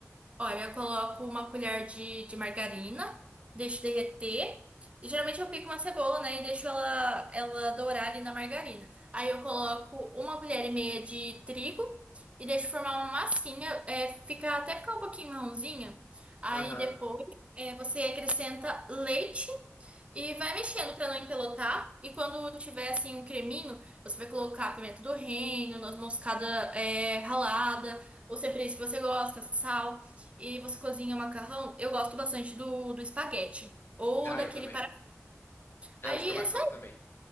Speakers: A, on the right (about 25°); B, on the left (about 50°).
A: Olha, eu coloco uma colher de, de margarina, deixo derreter. E geralmente eu pico uma cebola, né? E deixo ela, ela dourar ali na margarina. Aí eu coloco uma colher e meia de trigo e deixo formar uma massinha, é, fica, até ficar um pouquinho marronzinha. Aí
B: Aham.
A: depois é, você acrescenta leite. E vai mexendo pra não empelotar. E quando tiver assim um creminho, você vai colocar pimenta do reino, noz moscada é, ralada, ou cebola se você gosta, sal. E você cozinha o macarrão. Eu gosto bastante do, do espaguete. Ou
B: Ah,
A: daquele
B: eu também.
A: para.
B: É
A: Aí
B: os que eu mais
A: é só
B: gosto
A: isso.
B: também.